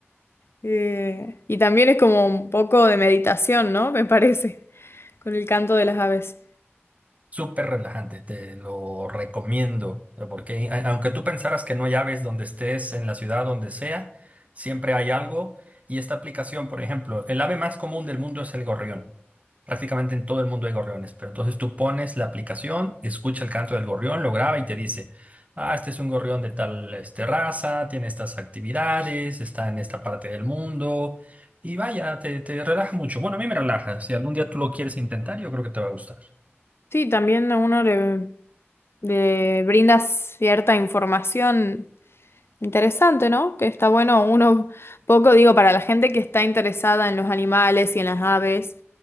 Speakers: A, on the left; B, on the right.
A: Eh, y también es como un poco de meditación, ¿no? Me parece, con el canto de las aves.
B: Súper relajante, te lo recomiendo, eh, porque a- aunque tú pensaras que no hay aves donde estés, en la ciudad, donde sea, siempre hay algo. Y esta aplicación, por ejemplo, el ave más común del mundo es el gorrión. Prácticamente en todo el mundo hay gorriones, pero entonces tú pones la aplicación, escucha el canto del gorrión, lo graba y te dice, ah, este es un gorrión de tal este, raza, tiene estas actividades, está en esta parte del mundo. Y vaya, te, te relaja mucho. Bueno, a mí me relaja. Si algún día tú lo quieres intentar, yo creo que te va a gustar.
A: Sí, también a uno le, le brinda cierta información Interesante, ¿no? Que está bueno uno poco, digo, para la gente que está interesada en los animales y en las aves,